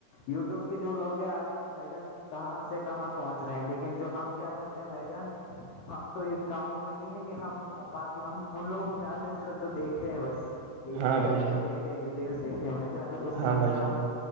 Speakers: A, on the left; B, on the right.
A: یو ٹیوب کے جو لوگ ہیں آج بھائی جان کہاں سے کہاں پہنچ رہے ہیں لیکن یکن جو ہم کیا کرتے ہیں بھائی جان ہم تو ان گاؤوں میں نہیں ہے کہ ہم باقی ہم ان لوگوں میں آتے ہیں صرف جو دیکھتے ہیں بس کہ
B: ہاں
A: انٹرنیٹ
B: بھائی جان
A: کو دیکھتے ہیں ویڈیوز دیکتے ہیں بھائی جان اگر اس سے
B: ہاں
A: اچھا
B: بھائی جان
A: ہم